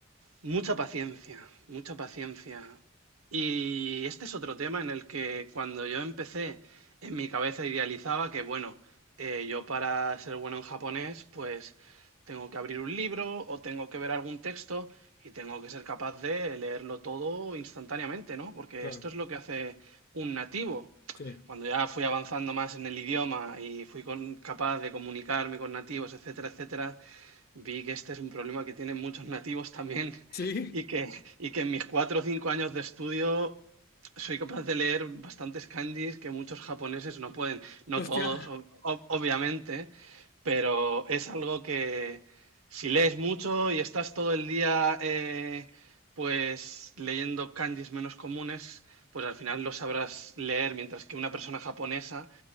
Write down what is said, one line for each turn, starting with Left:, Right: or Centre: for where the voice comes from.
Right: Mucha paciencia, mucha paciencia. Y este es otro tema en el que cuando yo empecé, en mi cabeza idealizaba que, bueno, eh, yo para ser bueno en japonés, pues tengo que abrir un libro o tengo que ver algún texto y tengo que ser capaz de leerlo todo instantáneamente, ¿no? Porque
Left: Claro,
Right: esto es lo que hace un nativo.
Left: sí.
Right: Cuando ya fui avanzando más en el idioma y fui con- capaz de comunicarme con nativos, etcétera, etcétera, Vi que este es un problema que tienen muchos nativos también <laughs>
Left: Sí,
Right: y que, y que en mis cuatro o cinco años de estudio soy capaz de leer bastantes kanjis que muchos japoneses no pueden. No
Left: hostia.
Right: todos, ob- ob- obviamente, pero es algo que si lees mucho y estás todo el día eh, pues leyendo kanjis menos comunes, pues al final lo sabrás leer, mientras que una persona japonesa